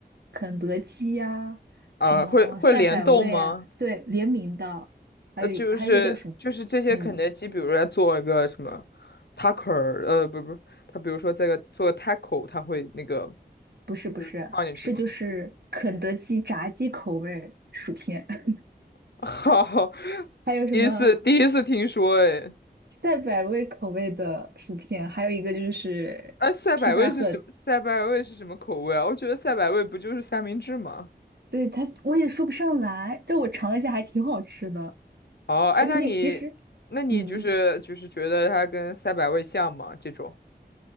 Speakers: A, on the right; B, on the left.
A: 肯德基呀、
B: 啊，
A: 什么赛百味啊，
B: 会会联动吗？
A: 对，联名的，还有一个还有一个叫什么？
B: 呃，就是就是这些肯德基，
A: 嗯，
B: 比如说它做一个什么 taco，呃，不不，它比如说这个做个 taco，它会那个
A: 不是不是，
B: 就是放进去吗？
A: 是就是肯德基炸鸡口味儿薯片，<laughs>
B: <laughs> 哈，
A: 还有什么
B: 第一次第一次听说，哎，
A: 赛百味口味的薯片，还有一个就是披萨盒
B: 哎，赛百味是什么？赛百味是什么口味啊？我觉得赛百味不就是三明治吗？
A: 对它我也说不上来，但我尝了一下还挺好吃的，
B: 哦，哎，
A: 而且那其实，
B: 那你那你就是就是觉得它跟赛百味像吗？
A: 嗯。
B: 这种